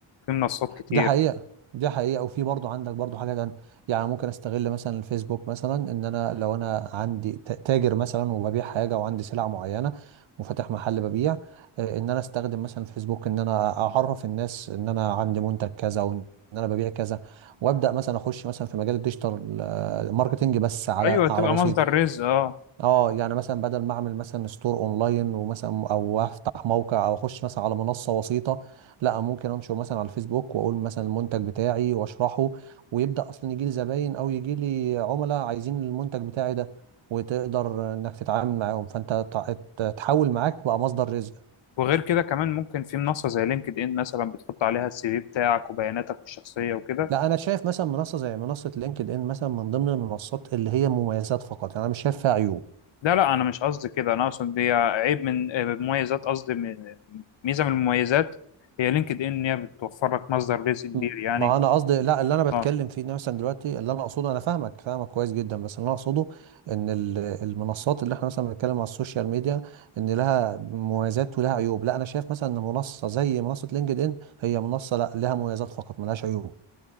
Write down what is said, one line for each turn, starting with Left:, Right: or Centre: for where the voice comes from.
Left: في منصات كتير
Right: دي حقيقة دي حقيقة وفي برضو عندك برضو حاجة تانية يعني ممكن استغل مثلا الفيسبوك مثلا ان انا لو انا عندي ت- تاجر مثلا وببيع حاجة وعندي سلع معينة وفاتح محل ببيع آه، ان انا استخدم مثلا الفيسبوك ان انا اعرف الناس ان انا عندي منتج كذا وان انا ببيع كذا وابدا مثلا اخش مثلا في مجال الديجيتال آه، ماركتينج بس على
Left: ايوه تبقى
Right: على بسيط
Left: مصدر رزق اه
Right: اه يعني مثلا بدل ما اعمل مثلا ستور اونلاين ومثلا او افتح موقع او اخش مثلا على منصه وسيطه لا ممكن انشر مثلا على الفيسبوك واقول مثلا المنتج بتاعي واشرحه ويبدا اصلا يجي لي زباين او يجي لي عملاء عايزين المنتج بتاعي ده وتقدر انك تتعامل معاهم فانت تع- ت- تحول معاك بقى مصدر رزق
Left: وغير كده كمان ممكن في منصة زي لينكد ان مثلا بتحط عليها السي في بتاعك وبياناتك الشخصية وكده
Right: لا انا شايف مثلا منصه زي منصه لينكد ان مثلا من ضمن المنصات اللي هي مميزات فقط يعني انا مش شايف فيها عيوب
Left: ده لا انا مش قصدي كده انا اقصد دي عيب من آه، مميزات قصدي من- ميزة من المميزات هي لينكد ان إن هي بتوفر لك مصدر رزق كبير
Right: م-
Left: يعني
Right: ما انا قصدي لا اللي انا بتكلم
Left: اه
Right: فيه إن مثلا دلوقتي اللي انا اقصده انا فاهمك فاهمك كويس جدا بس اللي انا اقصده ان ال- المنصات اللي احنا مثلا بنتكلم على السوشيال ميديا ان لها مميزات ولها عيوب لا انا شايف مثلا ان منصه زي منصه لينكد ان هي منصه لا لها مميزات فقط ملهاش عيوب